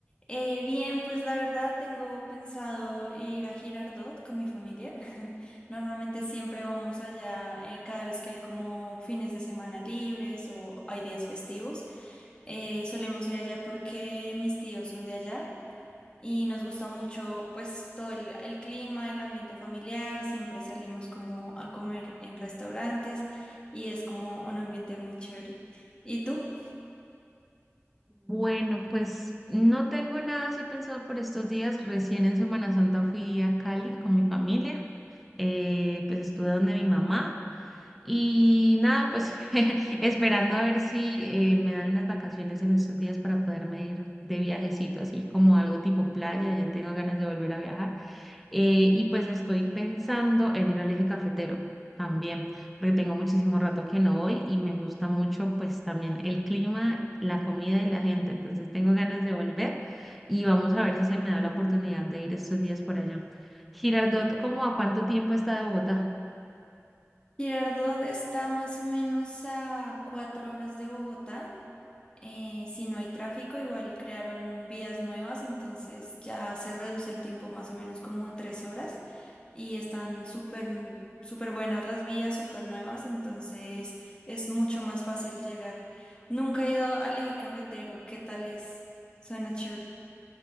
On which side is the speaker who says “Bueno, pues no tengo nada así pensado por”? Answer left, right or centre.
Centre